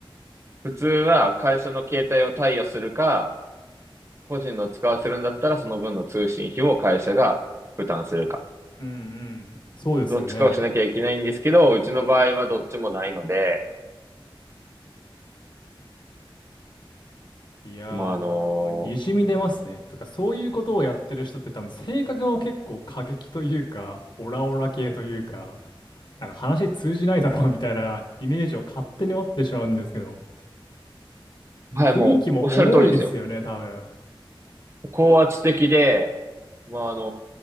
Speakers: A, on the right (about 30°); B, on the left (about 55°).
A: 普通は会社の携帯を貸与するか、個人の使わせるんだったら、その分の通信費を会社が負担するか。
B: うんうん。そうですよね。
A: どっちかをしなきゃいけないんですけど、うちの場合はどっちもないので、
B: いやーもう、
A: まあ、あの
B: にじみ出ますね。とか、そういうことをやってる人って多分、性格も結構過激というか、オラオラ系というか、なんか話通じないだろうみたいなイメージを勝手に持ってしまうんですけど、もう雰囲気も重いですよね、
A: ーはい、もう、おっしゃる通りですよ。
B: 多分。
A: 高圧的で、まあ、あの